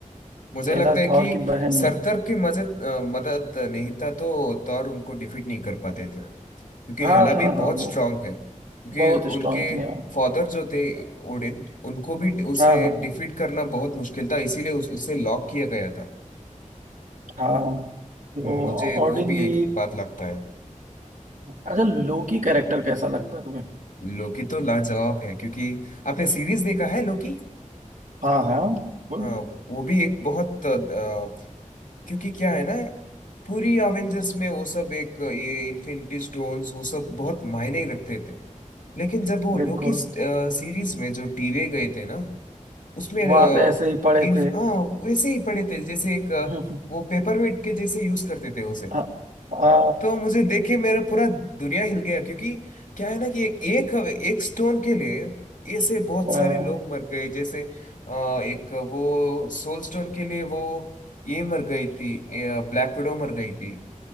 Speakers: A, on the left (about 75°); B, on the right (about 75°).
A: मुझे
B: हेला
A: लगता है कि
B: थॉर की बहन
A: सरतर
B: ही है
A: के मदद अ, मदद नहीं था तो तौर उनको डिफीट नहीं कर पाते थे क्योंकि
B: हाँ
A: हेला
B: हाँ
A: भी
B: हाँ
A: बहुत
B: वो
A: स्ट्रांग है क्योंकि
B: बहुत स्ट्रांग
A: उनके
B: थी हाँ
A: फादर जो थे ओडिन उनको भी उसे
B: हाँ हाँ
A: डिफीट करना बहुत मुश्किल था इसीलिए उस, उसे लॉक किया गया था
B: हाँ तो
A: हम्म, मुझे
B: ऑडिन
A: वो भी
B: भी
A: एक बात लगता है
B: अच्छा लोकी कैरेक्टर कैसा लगता है तुम्हें
A: लोकी तो लाजवाब है क्योंकि आपने सीरीज देखा है लोकी
B: हाँ हाँ बिल्कुल
A: हाँ वो भी एक बहुत क्योंकि क्या है ना पूरी अवेंजर्स में वो सब एक ये इन्फिनिटी स्टोन्स वो सब बहुत मायने रखते थे लेकिन जब वो लोकी
B: बिल्कुल
A: सीरीज में जो टीवे गए थे ना उसमें
B: वहां
A: अ,
B: पे ऐसे ही पड़े
A: इन
B: थे
A: हाँ वैसे ही पड़े थे जैसे एक अ,
B: <laughs>
A: वो पेपर वेट के जैसे यूज करते थे उसे
B: आ, आ,
A: तो मुझे देख के मेरा पूरा दुनिया हिल गया क्योंकि क्या है ना कि एक एक, एक स्टोन के लिए ऐसे बहुत
B: आ,
A: सारे लोग मर गए जैसे अ, एक वो सोल स्टोन के लिए वो ये मर गई थी ब्लैक विडो मर गई थी